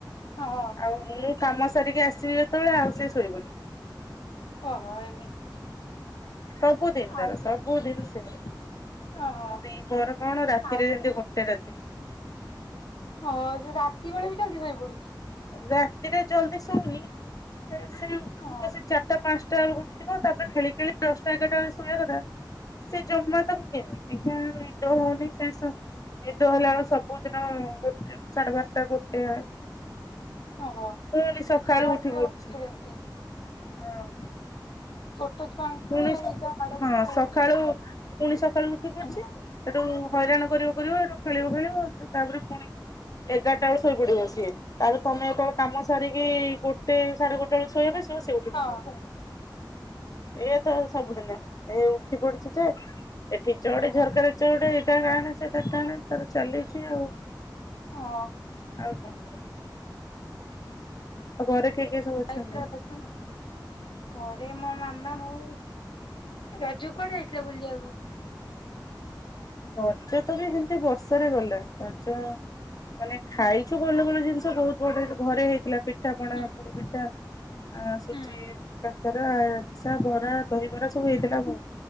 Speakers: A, on the left (about 90°); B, on the left (about 45°).
A: ଓ ହୋ
B: ଆଉ ମୁଁ କାମ ସାରିକି ଆସିବି ଯେତେବେଳେ ଆଉ ସେ ଶୋଇବନି।
A: ଓହୋ ଏମିତି।
B: ସବୁଦିନ
A: ଆଉ
B: ତାର ସବୁଦିନ ସେମ ଆଉ
A: ଓହୋ।
B: ଦିପହର କଣ ରାତିରେ
A: ଆଚ୍ଛା।
B: ଯେମିତି ଗୋଟେ ରାତି
A: ହଁ ସେ ରାତି ବେଳେ ବି ଜଲ୍ଦି ଶୋଇ ପଡୁଚି।
B: ରାତିରେ ଜଲ୍ଦି ଶୋଉନି କେ ସେଇ ଉଠୁଥିବ
A: ଓହୋ।
B: ସେ ଚାରିଟା ପାଞ୍ଚଟା ବେଳକୁ ଉଠୁ ଥିବ ତାପରେ ଖେଳି ଖେଳି ଦଶଟା ଏଗାରଟା ବେଳେ ଶୋଇବା କଥା। ସେ ଜମା ତାକୁ କେମିତି କେଜାଣି ନିଦ ହଉନି ସେ ଶୋ ନିଦ ହେଲା ବେଳୁ ସବୁଦିନ ଗୋଟେ ସାଢେ ବାରଟା ଗୋଟେ।
A: ଓହୋ
B: ପୁଣି ସକାଳୁ
A: ସାଢ଼େ ବାରଟା
B: ଉଠି ପଡୁଛି
A: <unintelligible>
B: ହଁ।
A: ଛୋଟ ଛୁଆଙ୍କୁ
B: ପୁଣି
A: ନିଦ ମାଡୁନି
B: ହଁ
A: ଆଉ।
B: ସକାଳୁ ପୁଣି ସକାଳୁ ଉଠି ପଡୁଛି।
A: ହଁ ହଁ
B: ସେଠୁ ହଇରାଣ କରିବ କରିବ ସେଠୁ ଖେଳିବ ଖେଳିବ ସେଠୁ ତାପରେ ପୁଣି। ଏଗାରଟା ବେଳୁ ଶୋଇ ପଡିବ‌ ସିଏ। ତାପରେ ତମେ ଯେତେବେଳେ କାମ ସାରିକି ଗୋଟେ ସାଢେ ଗୋଟେ ବେଳେ ଶୋଇବାକୁ ଆସିବ ସେ ଉ ଉଠିପଡ଼ିବ
A: ଓହୋ
B: ଏଇୟା ତ ସବୁଦିନ ଏଇ ଉଠି ପଡିଛି ଯେ। ଏଠି ଚଢେ
A: ଓହୋ
B: ଝରକାରେ ଚଢେ ଏଇଟା ଟାଣେ ସେଇଟା ଟାଣେ ତାର ଚାଲିଛି ଆଉ।
A: ହଁ‌।
B: ଆଉ କଣ? ଆଉ ଘରେ କିଏ କିଏ ସବୁ ଅଛନ୍ତି?
A: ଆଇଥିଲା ରଜ ଘରେ ମୋ ମାମା ମୁଁ। ‌ରଜ କୁଆଡେ ଯାଇଥିଲା ବୁଲିବାକୁ?
B: ରଜ ତ ବି ସେମିତି ବର୍ଷାରେ ଗଲା ରଜ। ମାନେ ଖାଇଛୁ
A: ହୁଁ
B: ଭଲ ଭଲ ଜିନିଷ ବହୁତ ବଢିଆ ଘରେ ହେଇଥିଲା ପି ପିଠା ପଣା
A: ହୁଁ
B: ପୋଡ ପିଠା ଆଁ ସୁଜି
A: ହୁଁ
B: କାକରା ଆରିଶା ବରା ଦହିବରା ସବୁ ହେଇଥିଲା ହୁଁ।